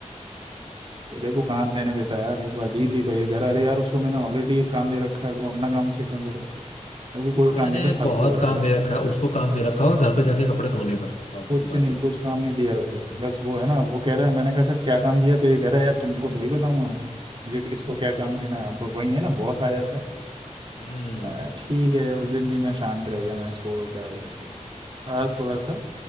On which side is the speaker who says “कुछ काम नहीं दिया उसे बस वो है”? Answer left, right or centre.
Right